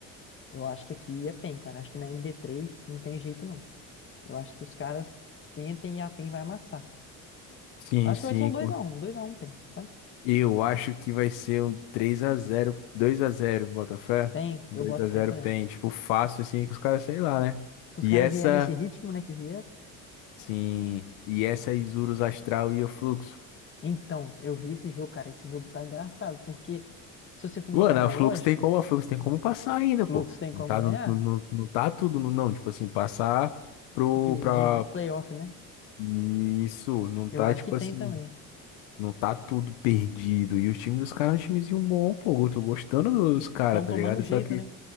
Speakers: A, on the left; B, on the left.
A: eu acho que aqui é PEN, cara. Acho que na MD3 não tem jeito, não. Eu acho que os caras sentem e a PEN vai amassar.
B: Sim,
A: Acho
B: sim,
A: que vai ser um dois a um um dois a um PEN, sabe?
B: Eu acho que vai ser um três a zero, dois a zero Botafé.
A: PEN,
B: dois
A: eu boto
B: a zero
A: fé também.
B: PEN, tipo, fácil assim, que os caras, sei lá, né?
A: Se os
B: E
A: caras
B: essa,
A: vierem nesse ritmo, né, que vier,
B: sim, e essa é Isurus Astral e o Fluxo.
A: Então, eu vi esse jogo, cara. Esse jogo tá engraçado, porque se você for
B: Mano,
A: botar na
B: a Flux
A: lógica,
B: tem como, a Flux tem como passar ainda,
A: Fluxo
B: pô.
A: tem
B: Não
A: como
B: tá,
A: ganhar
B: não, não, não não tá tudo, não, não. Tipo assim, passar pro,
A: de,
B: pra...
A: de playoff, né?
B: Isso, não
A: Eu
B: tá,
A: acho
B: tipo
A: que tem
B: assim,
A: também.
B: não tá tudo perdido. E o time dos caras é um timezinho bom, pô. Eu tô gostando dos caras,
A: Estão
B: tá
A: tomando
B: ligado?
A: jeito,
B: Só que
A: né?